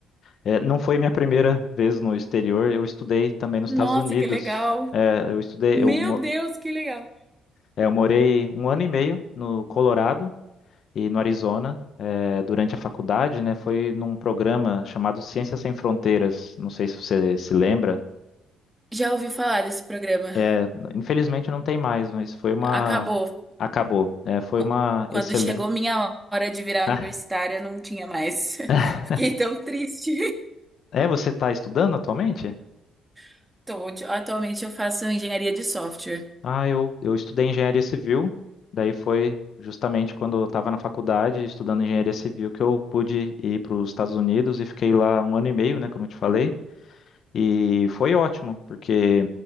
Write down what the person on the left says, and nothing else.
É, não foi minha primeira vez no exterior, eu estudei também nos
Estados Unidos.
É, eu estudei,
eu, mo-
é, eu morei um ano e meio no Colorado e no Arizona. eh, durante a faculdade, né, foi num programa chamado Ciências Sem Fronteiras. Não sei se você se lembra.
É, infelizmente não tem mais, mas foi uma.
Acabou. É, foi
uma
excelente.
<laughs>
Ah,
É, você está estudando atualmente?
Ah, eu, eu estudei engenharia civil, daí foi justamente quando eu estava na faculdade estudando engenharia civil que eu pude ir para os Estados Unidos e fiquei lá um ano e meio, né, como eu te falei, e foi ótimo, porque